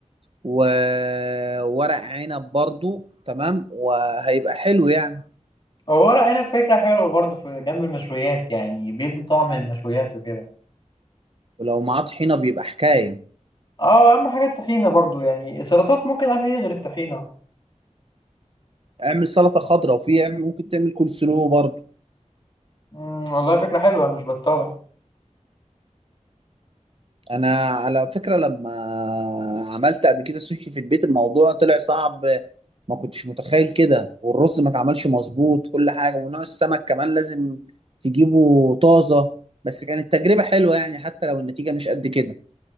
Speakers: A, on the right (about 45°); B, on the left (about 35°).
A: وورق عنب برضو تمام وهيبقى حلو يعني
B: هو ورق عنب فكره حلوه برضو في جنب المشويات يعني بيدي طعم المشويات وكده
A: ولو معاه طحينة بيبقى حكاية
B: اه اهم حاجه الطحينه برضو يعني السلطات ممكن اعمل ايه غير الطحينه
A: اعمل سلطة خضراء وفي اعمل ممكن تعمل كول سلو برضو
B: امم والله فكره حلوه مش بطاله
A: انا على فكره لما عملت قبل كده سوشي في البيت الموضوع طلع صعب ما كنتش متخيل كده والرز ما اتعملش مظبوط كل حاجه ونوع السمك كمان لازم تجيبه طازه بس كانت تجربه حلوه يعني حتى لو النتيجه مش قد كده